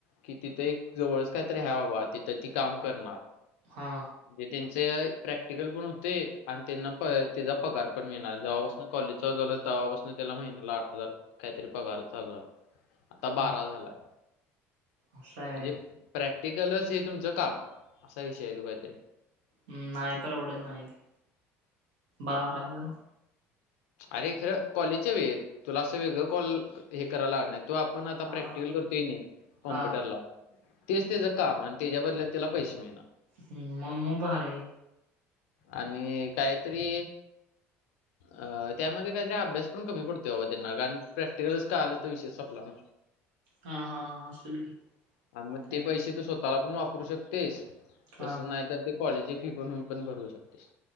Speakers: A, on the left (about 75°); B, on the right (about 75°).
A: कि तीथ जवळच काय तर हाय मग तिथं ती काम करणार.
B: हा
A: दे त्यांचं प्रॅक्टिकल पण होतं आणि त्यांना त्याजा पगार पण मिळणार जवा पासन कॉलेज चालू झालं तवा पासन त्याला महिन्याला आठ हजार कायतरी पगार चालू झाला आता
B: हम्म
A: बारा झालाय
B: असं
A: म्हणजे
B: आहे.
A: प्रॅक्टिकलच हे तुमचं काम असा विषय हाय त्यो काय तरी
B: हू नाही परवडत नाय ते बारा हजार
A: अरे खर कॉलेजच्या वेळत तुला असं वेगळं कॉल हे करावं लागत नाहीत तो आपण
B: हा
A: आता प्रॅक्टिकल करतोय किणी कॉम्प्युटरला
B: हा
A: तेच त्याचं काम आणि त्याच्या बदल्यात त्याला पैसे मिळणार
B: हू म म भारी हाय
A: आणि कायतरी अ त्यामध्ये काहीतरी अभ्यास पण कमी पडतोय बाबा त्यांना कारण प्रॅक्टिकलच कळाल तर विषयच संपला ना
B: हा हा हा असल की
A: आणि मग
B: काय
A: ते पैसे तू स्वतःला पण वापरू शकतेस
B: हा
A: तसच नाही तर ते कॉलेज ची फी बनून पण भरू शकतेस